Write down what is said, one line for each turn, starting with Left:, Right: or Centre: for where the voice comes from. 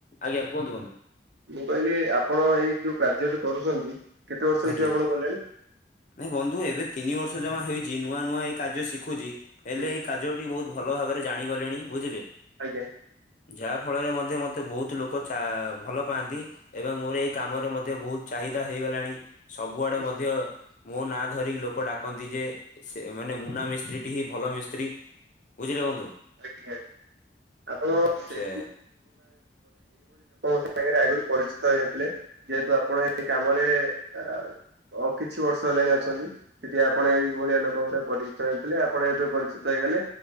Left: ଆ୍ଞା, କୁହନ୍ତୁ କୁହନ୍ତୁ।
Right: ମୁଁ କହିଲି ଆପଣ ଏଇ ଯୋଉ କାର୍ଯ୍ୟଟି କରୁଛନ୍ତି କେତେ ବର୍ଷ ହେଇଯିବ
Left: ଆଜ୍ଞା,
Right: ଆପଣ କଲେଣି
Left: ନାଇ ବନ୍ଧୁ ଏବେ ତିନି ବର୍ଷ ଜମା ହେଇଛି। ନୂଆ ନୂଆ ଏଇ କାର୍ଯ୍ୟ ଶିଖୁଛି। ହେଲେ
Right: ହୁଁ
Left: ଏଇ କାର୍ଯ୍ୟ ଟି ବହୁତ ଭଲ ଭାବରେ ଜାଣିଗଲେଣି ବୁଝିଲେ।
Right: ଆଜ୍ଞା।
Left: ଯାହା ଫଳରେ ମଧ୍ୟ ମତେ ବହୁତ ଲୋକ ଭଲ ପାଆନ୍ତି, ଏବଂ ମୋର ଏଇ କାମରେ ମଧ୍ୟ ବହୁତ ଚାହିଦା ହେଇଗଲାଣି। ସବୁଆଡେ
Right: ହୁଁ
Left: ମଧ୍ୟ ମୋ ନାଁ ଧରିକି ଲୋକ ଡାକନ୍ତି ଯେ, ସେ ମାନେ ମୁନା ମିସ୍ତ୍ରୀ ଟି ହିଁ ଭଲ ମିସ୍ତ୍ରୀ। ବୁଝିଲ ବନ୍ଧୁ।
Right: <unintelligible> ଲୋକଙ୍କ
Left: ସେ
Right: ସାଙ୍ଗରେ ଆଗରୁ ପରିଚିତ ହେଇନଥିଲେ, ଯେହେତୁ ଆପଣ ଏ କାମରେ ଆଉ କିଛି ବର୍ଷ ହେଲାଣି ଅଛନ୍ତି। ସେଠି ଆପଣ ଏଇଭଳିଆ ଲୋକଙ୍କ ସହ ପରିଚିତ ହେଇଥିଲେ। ଆପଣ ଏବେ ପରିଚିତ ହେଇ ହେଲେ।